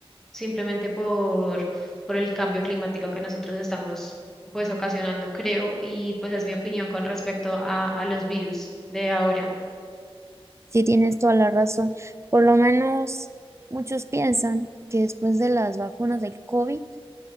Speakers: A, in the centre; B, on the right.
A: simplemente por, por el cambio climático que nosotros estamos pues ocasionando, creo, y pues es mi opinión con respecto a, a los virus de ahora.
B: sí tienes toda la razón. Por lo menos muchos piensan que después de las vacunas del COVID